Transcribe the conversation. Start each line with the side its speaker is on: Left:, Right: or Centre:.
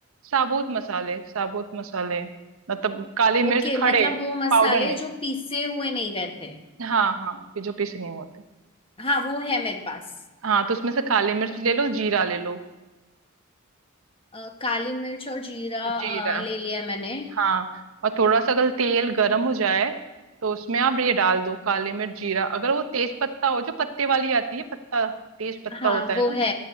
Right: साबुत मसाले साबुत मसाले मतलब काली
Left: ओके
Right: मिर्च खड़े
Left: मतलब वो मसाले
Right: पाउडर नहीं
Left: जो पीसे हुए नहीं रहते
Right: हाँ हाँ कि जो पीसे नहीं होते
Left: हाँ वो है मेरे पास
Right: हाँ तो उसमें से काली मिर्च ले लो जीरा ले लो
Left: अ, काली मिर्च और जीरा
Right: जीरा
Left: अ, ले लिया मैंने
Right: हाँ और थोड़ा सा अगर तेल गर्म हो जाए तो उसमें आप ये डाल दो काली मिर्च जीरा अगर वो तेज पत्ता हो जो पत्ते वाली आती है पत्ता तेज पत्ता
Left: हाँ
Right: होता है
Left: वो है
Right: ना